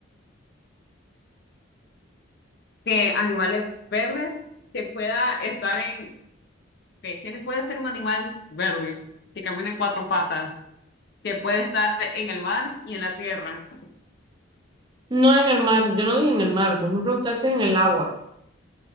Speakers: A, on the left; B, on the right.
A: que animales verdes que pueda estar en, que tiene, puede ser un animal verde, que camina en cuatro patas. que puede estar en el mar y en la tierra,
B: No en el mar, yo no dije en el mar, vos me preguntaste en el agua.